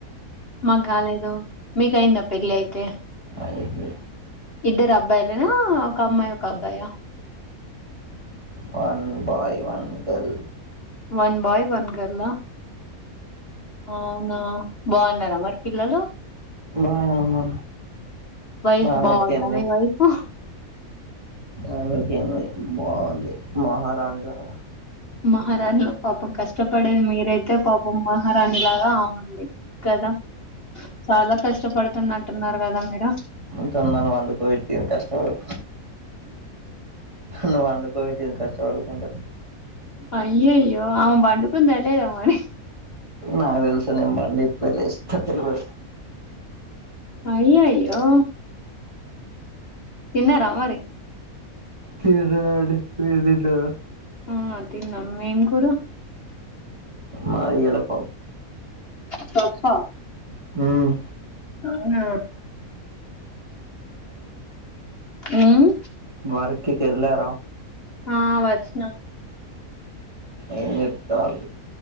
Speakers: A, on the left; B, on the right.
A: మాకు గాలేదు మీకయంద పెళ్లి అయితే
B: అయింది
A: ఇద్దరూ అబ్బాయిలేన ఒక అమ్మాయి ఒక అబ్బాయ
B: one boy one girl
A: one boy one girl ఆ అవున బాగున్నార మరి పిల్లలు
B: బాగా
A: వైఫ్
B: ఆమెకేంది
A: బాగుంద నీ వైఫ్
B: ఆవిడకేంది బాగుంది మహారాణిలాగ
A: మహారాణి పాపం కష్టపడేది మీరైతే పాపం మహారాణి లాగ అమే కద చాల కష్టపడుతుంది అంటున్నారు కద మీరు
B: ఎంతైన వండుకొని తిని కష్టపడు నువ్వు వండుకో పెట్టింది కష్టపడకుండా
A: అయ్యయ్యో ఆమె పండుకుంద తెలేద మరి
B: నాకు తెలుస నేను బండి ఇప్పు ఇష్ట పో
A: అయ్య అయ్యో తిన్నార మరి
B: తడడి విడదద్దారు
A: ఆ తిన్నాం మేం కూర
B: మాది ఎడప
A: సప్ప
B: మ్మ్.
A: అవున ఉమ్
B: వర్క్ కి ఎళ్ళార
A: ఆ వచ్చినా
B: ఏం చెప్తారు